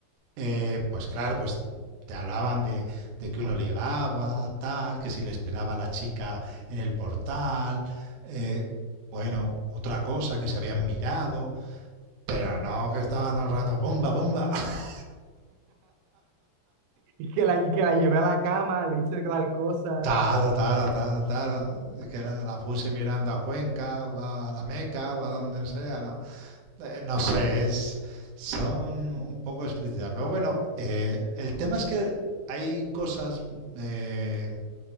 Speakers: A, on the right; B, on the right.
A: Eh, pues claro, pues te hablaban de, de que uno ligaba, tal, que si le esperaba a la chica en el portal, eh, bueno, otra cosa que se habían mirado, pero no que estaban todo el rato, bomba, bomba, <laughs>
B: Y que la, y que la llevé a la cama, le hice tal cosa.
A: taro, taro, taro, taro, que la, la puse mirando a Cuenca, o a la Meca, o a donde sea, no, Eh, no sé, es, son un poco explícitas, pero bueno, eh, el tema es que hay cosas eh,